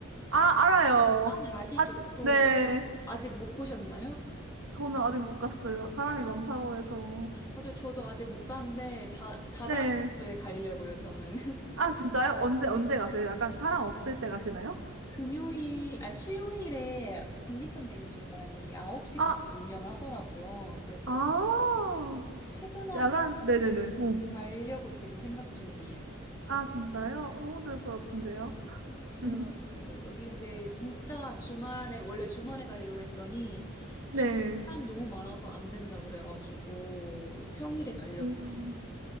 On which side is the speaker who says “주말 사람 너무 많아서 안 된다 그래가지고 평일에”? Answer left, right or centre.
Left